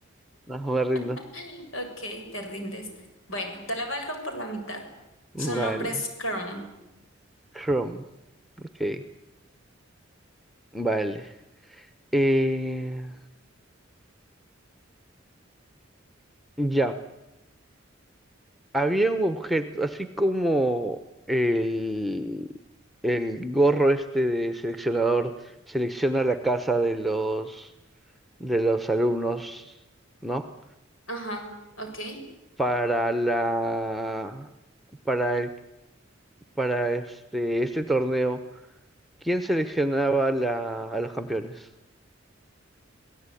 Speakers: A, in the centre; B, on the left.
A: no, me rindo,
B: <laughs> Ok, te rindes. Bueno, te la valgo por la mitad.
A: vale,
B: Su nombre es Chrome.
A: Chrome. Ok, vale. Eh, ya, había un objeto, así como el, el gorro este de seleccionador selecciona la casa de los, de los alumnos, ¿no?
B: Ajá, ok.
A: Para la, para el- para este, este torneo, ¿quién seleccionaba la- a los campeones?